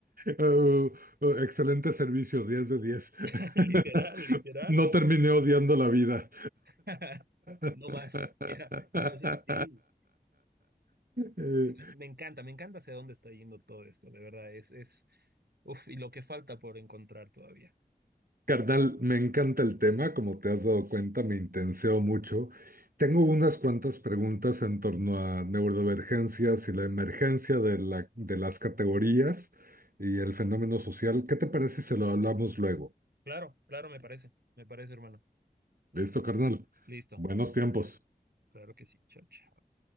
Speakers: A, on the right (about 65°); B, on the right (about 90°).
A: Uh, uh, excelente servicio, diez de diez
B: <laughs> literal,
A: <laughs>
B: literal.
A: No terminé
B: güey.
A: odiando la vida.
B: <laughs> No
A: <laughs>
B: más, ya. Entonces, sí.
A: Eh,
B: Me encanta, me encanta hacia dónde está yendo todo esto, de verdad, es, es, uf, y lo que falta por encontrar todavía.
A: Carnal, me encanta el tema, como te has dado cuenta, me intenseo mucho. Tengo unas cuantas preguntas en torno a neurodivergencias y la emergencia de la- de las categorías y el fenómeno social. ¿Qué te parece si lo hablamos luego?
B: Claro, claro, me parece, me parece, hermano.
A: ¿Listo, carnal?
B: Listo,
A: Buenos tiempos.
B: claro que sí, chao, chao.